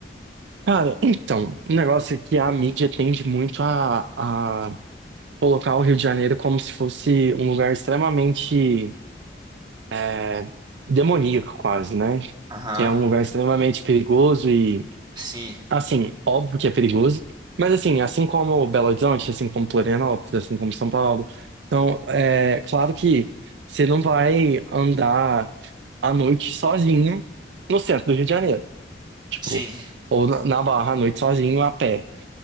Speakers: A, on the right; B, on the right.
A: Cara, <clears throat> então, o negócio é que a mídia tende muito a, a colocar o Rio de Janeiro como se fosse um lugar extremamente é, demoníaco, quase, né?
B: Aham,
A: Que é um lugar extremamente perigoso e
B: sim,
A: Assim, óbvio que é perigoso, mas assim, assim como Belo Horizonte, assim como Florianópolis, assim como São Paulo, então é claro que você não vai andar à noite sozinho no centro do Rio de Janeiro, tipo,
B: sim.
A: ou na na Barra à noite sozinho a pé.